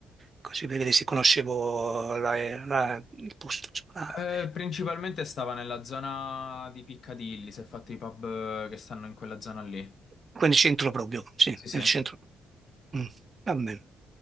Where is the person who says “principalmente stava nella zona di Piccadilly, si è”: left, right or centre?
Left